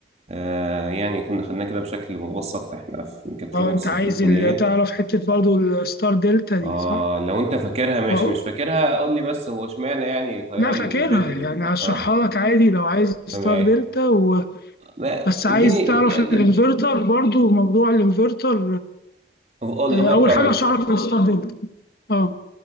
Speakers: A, on the right; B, on the left.
A: آه، يعني كنا خدناها كده بشكل مبسط احنا في ميكاترونكس
B: اه انت عايز
A: في الكلية
B: ال- تعرف حته برضو الستار دلتا دي
A: اه
B: صح؟
A: لو انت فاكرها ماشي
B: و-
A: مش فاكرها قول لي بس هو اشمعنى يعني تيار
B: لا
A: ال-
B: فاكرها
A: البدء بيبقى
B: يعني هشرحها
A: اه
B: لك عادي لو عايز ستار
A: تمام
B: دلتا و...
A: ما-
B: بس عايز
A: اديني
B: تعرف
A: يعني
B: الانفرتر برضو موضوع الانفرتر
A: الاوفر
B: آه، اول
A: كارنت
B: حاجه هشرح لك الستار دلتا اه